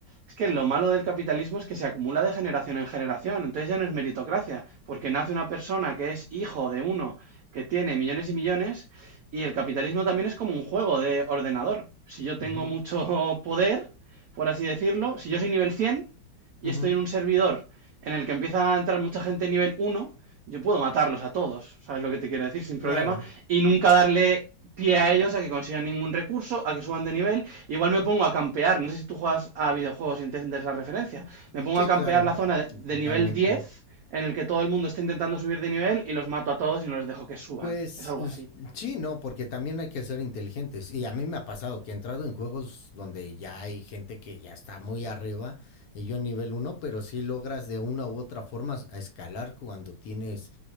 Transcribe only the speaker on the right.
Es que lo malo del capitalismo es que se acumula de generación en generación, entonces ya no es meritocracia, porque nace una persona que es hijo de uno que tiene millones y millones, y el capitalismo también es como un juego de ordenador. Si yo tengo
mucho <laughs> poder, por así decirlo, si yo soy nivel 100 y
estoy en un servidor en el que empieza a entrar mucha gente nivel uno yo puedo matarlos a todos, ¿sabes lo que te quiero decir? Sin problema,
y nunca darle pie a ellos a que consigan ningún recurso, a que suban de nivel. Igual me pongo a campear, no sé si tú juegas a videojuegos y entiendes la referencia, me pongo
a campear
la zona de
nivel 10 en el que todo el mundo está intentando subir de nivel y los mato a todos y no les dejo que suban.
Es algo así.